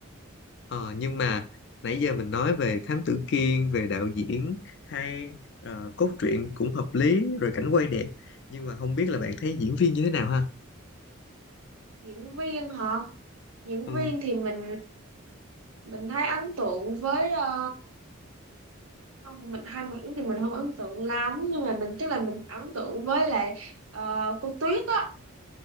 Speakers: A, on the left; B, on the right.
A: Ờ, nhưng mà nãy giờ mình nói về Thám Tử Kiên, về đạo diễn hay ờ, cốt truyện cũng hợp lý rồi cảnh quay đẹp nhưng mà không biết là bạn thấy diễn viên như thế nào ha?
B: Diễn viên hả? Diễn
A: Ừ.
B: viên thì mình mình thấy ấn tượng với ờ, không mình hai mảnh thì mình không ấn tượng lắm nhưng mà mình chắc là mình ấn tượng với lại ờ, cô Tuyết á.